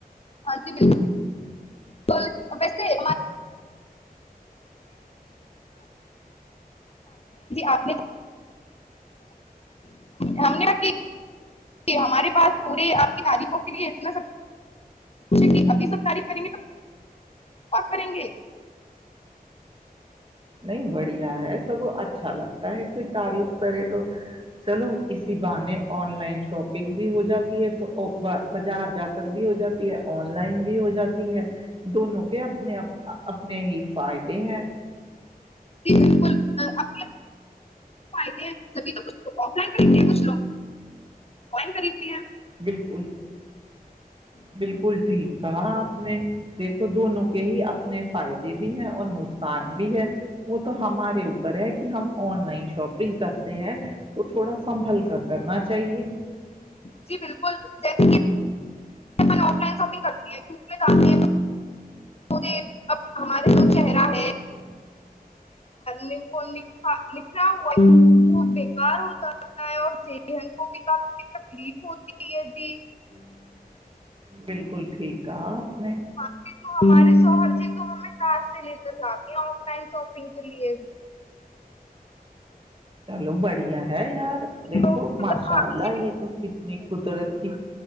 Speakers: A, on the left; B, on the right.
A: ہاں جی بالکل تو ویسے ہم <unintelligible> ہم نےق ہمارے پاس پورے آپ کی تعریفوں کے لیے اتنا سبو ابھی سب تعریف کریں گے تو کریں گے
B: نہیں بڑھیا ہے سب کو اچھا لگتا ہے کوئی تعریف کرے تو چلو اسی بانے آن لائن شاپنگ بھی ہو جاتی ہے تو بازار جا کر بھی ہو جاتی ہے آن لائن بھی ہو جاتی ہے دونوں کہ اپنے اپنے ہی فائدے ہیں
A: <unintelligible> <unintelligible> فائدے ہیں سبھی تو کچھگ آف لائن خریدتے ہیں کچھ لوگ کون خریدتی ہیں
B: بالکل بالکل ٹھیک کہاں آپ میں دیکھو دونوں کے ہی اپنے فائدے بھی ہیں اور نق بھی ہے وہ تو ہمارے اوپر ہے کہ ہم آن لائن شاپنگ کرتے ہیں تو تھوڑا سنبھل کر کرنا چاہیے
A: جی بالکل جیسے میں آف لائن شاپنگ کرتی ہے ٹوپ جاتی ہیں اب ہمارا جو چہرہ ہے
B: ہ
A: نے کو لکھا ہوا وہ بیکار ہو جاتا ہے اور ذہن کو بھی کافی تکلیف ہوتی ہے جی
B: بالکل ٹھیک ہے اپل
A: ہاں جی، تو ہمارے شوہر جی تو ہمیں کار سے لے کر جاتے ہیں آف لائن شاپنگ کے لیے
B: چلو بڑھیا ہے یار دیکھو
A: تو خدا
B: ماشاء
A: حافظ-
B: اللہ یہ تو کتنی قدرت کی